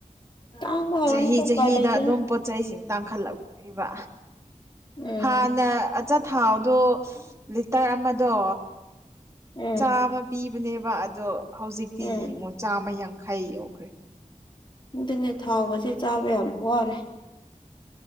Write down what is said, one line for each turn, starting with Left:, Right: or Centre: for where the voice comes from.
Left: ꯇꯥꯡꯕ ꯍꯧꯔꯅꯤꯗ
Right: ꯆꯍꯤ
Left: ꯎꯄꯥꯏ
Right: ꯆꯍꯤꯗ
Left: ꯂꯩꯇꯦꯅ
Right: ꯑꯗꯨꯝ ꯄꯣꯠꯁꯤꯡ ꯇꯥꯡꯈꯠꯂꯛꯏꯕ
Left: ꯎꯝ
Right: ꯍꯥꯟꯅ ꯑꯆꯥꯊꯥꯎꯗꯣ ꯂꯤꯇꯔ ꯑꯃꯗꯣ
Left: ꯎꯝ
Right: ꯆꯥꯃ ꯄꯤꯕꯅꯦꯕ ꯑꯗꯣ ꯍꯧꯖꯤꯛꯇꯤ
Left: ꯎꯝ
Right: ꯌꯦꯡꯉꯣ ꯆꯥꯃ ꯌꯥꯡꯈꯩ ꯌꯧꯈ꯭ꯔꯦ
Left: ꯑꯗꯨꯅꯦ ꯊꯥꯎꯕꯁꯦ ꯆꯥꯕ ꯌꯥꯝ ꯋꯥꯔꯦ